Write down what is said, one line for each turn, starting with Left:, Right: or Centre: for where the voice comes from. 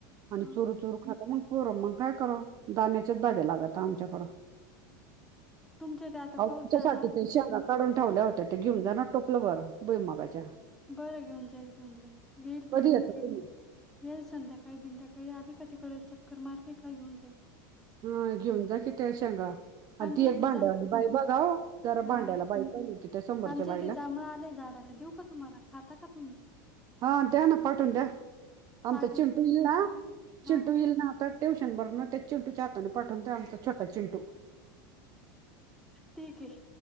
Right: आणि
Centre: हां.
Right: चोरू, चोरू खात मग पोर मग काय कर दाण्याच्याच भाज्या लागता आमच्याकडं.
Centre: तुमच्या इथे आता
Right: हो
Centre: पाऊस
Right: तुुमच्यासाठी
Centre: झाला.
Right: ते शेंगा काढून ठेवल्या होत्या ते घेऊन जाण टोपलं भर भुई मुगाच्या.
Centre: बरं घेऊन जाईल, घेऊन जाईल येईल थोड्या
Right: कधी येतं
Centre: वेळ
Right: तुम्ही
Centre: येईल संध्याकाळी, बिध्याकाळी आली का तिकडे चक्कर मारते का घेऊन जाईल.
Right: हा घेऊन जा कि त्या शेंगा आणि
Centre: आमच्या
Right: ती
Centre: इथे
Right: एक भांड्यावाली
Centre: जा
Right: बाई बघा हो जरा
Centre: हां.
Right: भांड्याला बाई. पाहिली होती त्या समोरच्या
Centre: आमच्या
Right: बाईला
Centre: इथे जांभळ आलेय झाडाला देऊ का तुम्हाला खाता का तुम्ही?
Right: हा द्यान पाठून द्या आमचा
Centre: पाठवते
Right: चिंटू येईल ना, चिंटू
Centre: हा
Right: येईल ना तर ट्यूशन वरूनं ते चिंटू च्या हाताने पाठवून द्या आमचा छोटा चिंटू
Centre: ठीक आहे.